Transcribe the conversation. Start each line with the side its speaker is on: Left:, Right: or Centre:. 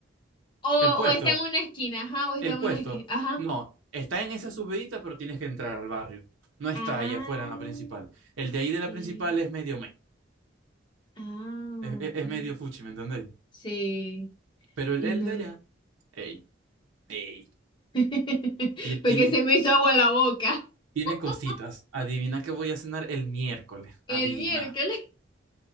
Left: O,
Right: El puesto.
Left: o está en una esquina, ajá, o está
Right: El
Left: en
Right: puesto.
Left: una esquina, ajá.
Right: No, está en esa subidita, pero tienes que entrar al barrio. No está
Left: Ah,
Right: allá afuera en la principal. El de ahí de la
Left: sí.
Right: principal es medio me,
Left: Ah,
Right: es, es-
Left: ok.
Right: es medio fuchi, ¿me entendéis?
Left: Sí,
Right: Pero el,
Left: no.
Right: el de allá, ey, ey,
Left: <laughs>
Right: ti-
Left: Porque
Right: tiene,
Left: se me hizo agua la boca.
Right: tiene
Left: <laughs>
Right: cositas. Adivina que voy a cenar el miércoles.
Left: El
Right: Adivina.
Left: miércoles.